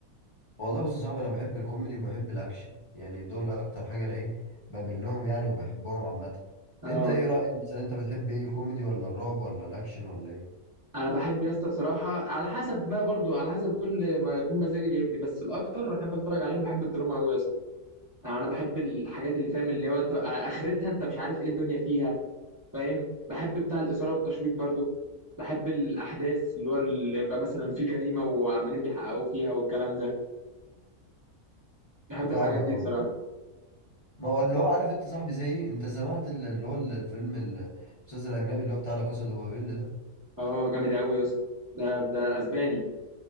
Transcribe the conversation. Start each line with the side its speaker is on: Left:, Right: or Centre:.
Left: والله بص يا صاحبي انا بحب الكوميدي وبحب الاكشن يعني دول اكتر حاجه انا ايه بميل لهم يعني وبحبهم عامه
Right: اه
Left: انت ايه رايك مثلا انت بتحب ايه الكوميدي ولا الرعب ولا الاكشن ولا ايه
Right: انا بحب يا اسطى بصراحه على حسب ما برضو على حسب كل ما يكون مزاجي جايبني بس الاكتر بحب اتفرج عليهم بحب الدراما قوي يعني انا بحب الحاجات اللي فاهم اللي هو انت اخرتها انت مش عارف ايه الدنيا فيها فاهم بحب بتاع الاثاره والتشويق برضو بحب الاحداث اللي هو اللي بقى مثلا في جريمه وعمالين بيحققوا فيها والكلام ده بحب
Left: فاهمك
Right: الحاجات دي
Left: اهو
Right: بصراحه
Left: ما هو اللي هو عارف انت صاحبي زي ايه انت سمعت ال- اللي هو ال- الفيلم ال- المسلسل الاجنبي اللي هو بتاع لا كاسا دو بابيل ده
Right: اه جامد قوي يا اسطى ده ده الاسباني